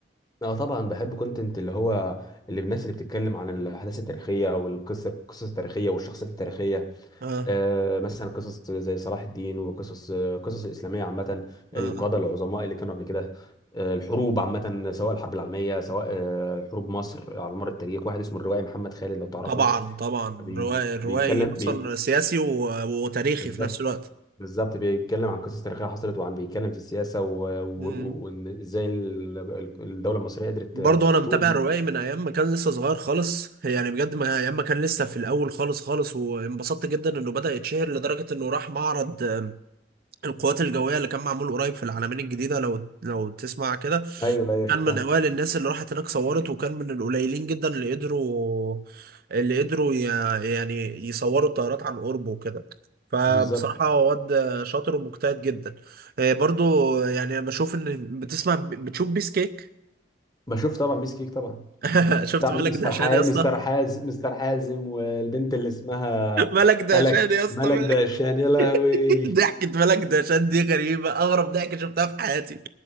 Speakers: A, on the left; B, on the right.
A: اه طبعا بحب كونتنت اللي هو اللي الناس اللي بتتكلم عن الاحداث التاريخيه او القصه القصص التاريخيه والشخصيات التاريخيه
B: اه
A: آه مثلا قصص زي صلاح الدين وقصص آه، قصص الاسلاميه عامه القاده
B: اه آه.
A: العظماء اللي كانوا قبل كده آه الحروب عامه سواء الحرب العالميه سواء آه حروب مصر على مر التاريخ واحد اسمه الروائي محمد خالد لو تعرفه
B: طبعا طبعا
A: بي
B: روائي الروائي
A: بيتكلم
B: اصلا
A: بي
B: سياسي و- وتاريخي
A: بالظبط
B: في نفس الوقت
A: بالظبط بيتكلم عن قصص تاريخيه حصلت وعن بيتكلم في السياسه و- و-
B: مم.
A: و- وان ازاي ال- الدوله المصريه قدرت
B: برضه
A: آه،
B: انا متابع
A: تقوم
B: روائي من ايام ما كان لسه صغير خالص يعني بجد ما ايام ما كان لسه في الاول خالص خالص وانبسطت جدا انه بدأ يتشهر لدرجة انه راح معرض آم، القوات الجوية اللي كان معمول قريب في العلمين الجديدة لو لو تسمع كده
A: ايوه ايوه شفتها
B: كان من اوائل الناس اللي راحت هناك صورت وكان من القليلين جدا اللي قدروا اللي قدروا يع- يعني يصوروا الطيارات عن قرب وكده فبصراحة
A: بالظبط
B: هو واد شاطر ومجتهد جدا آه، برضو يعني انا بشوف ان بتسمع بتشوف بيس كيك
A: بشوف طبعا ميس كيك طبعا
B: <laughs> شفت
A: بتاع مستر
B: ملك دهشان
A: حازم
B: يا اسطى
A: مستر حازم مستر حازم والبنت اللي اسمها
B: <laughs> ملك دهشان
A: ملك
B: يا اسطى
A: ملك
B: ملك
A: دهشان يا لهوي
B: <laughs>
A: هي
B: ضحكة ملك دهشان دي غريبة اغرب ضحكة شفتها في حياتي